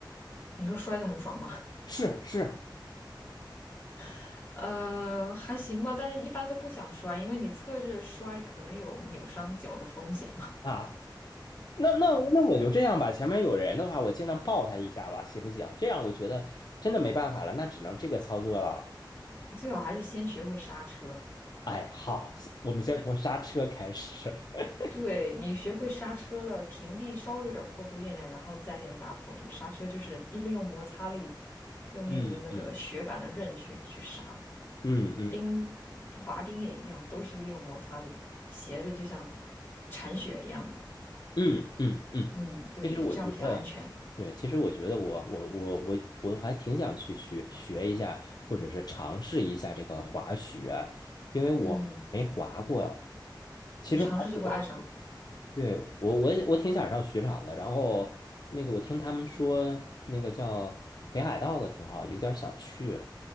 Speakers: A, on the left; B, on the left.
A: 你说摔得很爽吗？
B: 是是
A: <laughs> 呃，还行吧，但是一般都不想摔，因为你侧着摔可能有扭伤脚的风险嘛。
B: 啊，那那那我就这样吧。前面有人的话，我尽量抱他一下吧，行不行？这样我觉得真的没办法了，那只能这个操作了。
A: <laughs> 最好还是先学会刹车。
B: 哎，好，我们先从刹车开始。<laughs>
A: 对，你学会刹车了，平地稍微有点坡度练练，然后再练大坡度。刹车就是一利用摩擦力，用那个那个雪板的刃去去刹嘛。
B: 嗯嗯嗯嗯
A: 冰滑冰也一样，都是利用摩擦力，斜着就像铲雪一样的。
B: 嗯嗯嗯，
A: 嗯，对对对，
B: 其实我觉得，
A: 这样比较安全。
B: 对，其实我觉得我我我我我还挺想去学学一下，或者是尝试一下这个滑雪，因为我没滑过。
A: 嗯，
B: 其实滑雪我
A: 你尝试就会爱上。
B: 对，我我也我挺想上雪场的。然后那个我听他们说，那个叫北海道的挺好，有点想去。